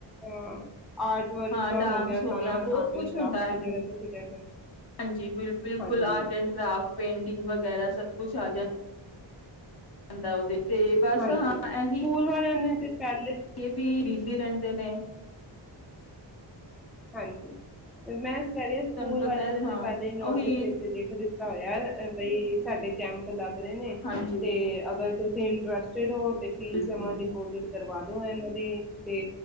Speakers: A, in the centre; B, on the left.
A: ਹਾਂ। ਆਰਟ ਵਰਕ
B: ਹਾਂ
A: ਦਾ
B: ਡਾਂਸ ਹੋ
A: ਸਾਰਾ
B: ਗਿਆ ਬਹੁਤ
A: ਆਰਟ ਐਂਡ
B: ਕੁਛ
A: ਕਰਾਫਟ
B: ਹੁੰਦਾ
A: ਦਾ
B: ਹੈ,
A: ਜਿਹੜਾ ਤੁਸੀਂ ਕਹਿੰਦੇ
B: ਹਾਂਜੀ ਬਿਲਕੁਲ
A: ਹਾਂਜੀ,
B: ਆਰਟ ਐਂਡ ਕਰਾਫਟ ਪੇਂਟਿੰਗ ਵਗੈਰਾ ਸਭ ਕੁਛ ਆ ਜਾ। ਹੁੰਦਾ ਉਹਦੇ ਤੇ ਬਸ
A: ਹਾਂਜੀ
B: ਹਾਂ ਇਹੀ
A: ਸਕੂਲ ਵਾਲਿਆਂ ਨੇ ਤੇ ਪਹਿਲੇ
B: ਇਹ ਵੀ ਵੀਰਨ ਤੇ ਨੇ
A: ਹਾਂਜੀ ਤੇ ਮੈਂ ਕਰਿਆ ਸਕੂਲ
B: ਤੁਹਾਨੂੰ ਪਤਾ
A: ਵਾਲਿਆਂ
B: ਹੈ
A: ਨੇ
B: ਹਾਂ
A: ਤੇ ਪਹਿਲੇ ਹੀ ਨੋਟਿਸ
B: ਉਹੀ
A: ਦੇ ਲਿਖ ਦਿੱਤਾ। ਕਾਕਾ ਹੋਇਆ ਬਈ ਸਾਡੇ ਕੈਂਪ ਲੱਗ ਰਹੇ ਨੇ
B: ਹਾਂਜੀ
A: ਤੇ ਅਗਰ ਤੁਸੀਂ ਇੰਟਰਸਟਿਡ ਹੋ? ਤੇ ਫੀਸ
B: ਬਿਲਕੁਲ
A: ਜਮਾਂ ਡਿਪੋਜਿਟ ਕਰਵਾ ਦੋ ਇਹਨੂੰ ਤੇ ਤੇ,